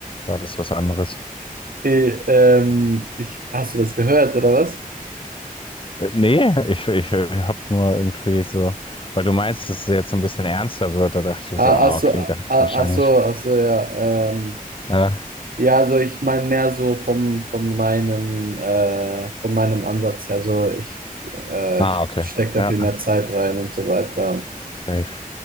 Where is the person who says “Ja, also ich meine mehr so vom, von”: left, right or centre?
Right